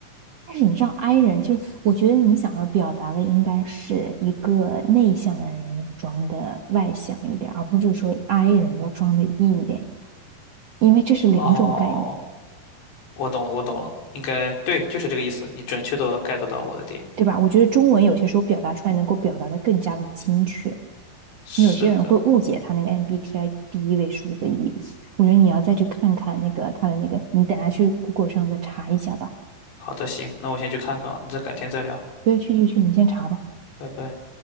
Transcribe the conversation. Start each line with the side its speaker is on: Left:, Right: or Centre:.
Right: 但是你知道 I 人，就是我觉得你想要表达的应该是一个内向的人要装的外向一点，而不是说 I 人要装的 E 一点，因为这是两种概念。
Left: 哦，我懂了，我懂了，应该对，就是这个意思。你准确的 get 到我的点。
Right: 对吧？我觉得中文有些时候表达出来能够表达的更加的精确。
Left: 是的，
Right: 你有些人会误解他那个 MBTI 第一位数字意思，我觉得你要再去看看那个他的那个，你等下去 Google 上再查一下吧。
Left: 好的，行，那我先去看看啊，那再改天再聊，
Right: 对，去去去，你先查吧。
Left: 拜拜。